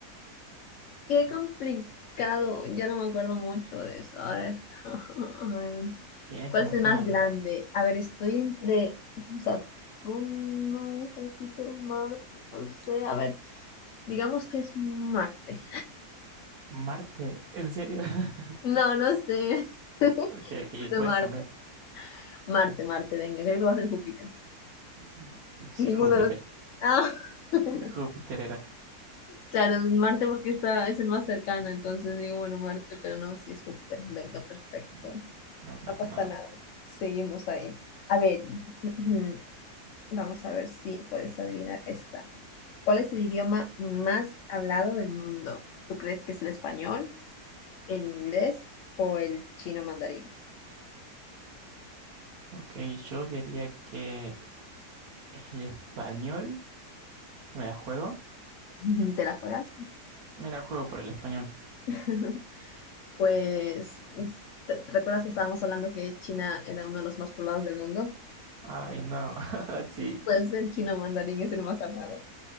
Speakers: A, on the left (about 65°); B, on the right (about 70°).
A: Qué complicado. Ya no me acuerdo mucho de eso. A ver. <laughs> A ver.
B: Tienes
A: ¿Cuál
B: que imaginarlo.
A: es el más grande? A ver, estoy entre Saturno, Júpiter, Marte. No sé. A ver. Digamos que es Marte.
B: Marte, ¿en serio? <laughs>
A: No, no sé. <laughs>
B: Ok, ok,
A: Pero
B: puedes
A: Marte.
B: cambiar.
A: Marte, Marte. Venga, creo que lo va a ser Júpiter.
B: Mm, Sí,
A: Ninguno
B: Júpiter.
A: de los. Ah. <laughs>
B: Júpiter era.
A: Claro, es Marte porque está, es el más cercano, entonces digo, bueno, Marte, pero no, sí es Júpiter. Venga, perfecto.
B: Eh, No pasa
A: No pasa
B: nada.
A: nada. Seguimos ahí. A ver, <clears throat> vamos a ver si puedes adivinar esta. ¿Cuál es el idioma más hablado del mundo? ¿Tú crees que es el español, el inglés o el chino mandarín?
B: Ok, yo diría que el español. ¿Me la juego?
A: <laughs> ¿Te la juegas?
B: Me la juego por el español.
A: <laughs> Pues, ¿te- ¿recuerdas que estábamos hablando que China era uno de los más poblados del mundo?
B: Ay, no. <laughs> Sí.
A: Pues el chino mandarín es el más hablado.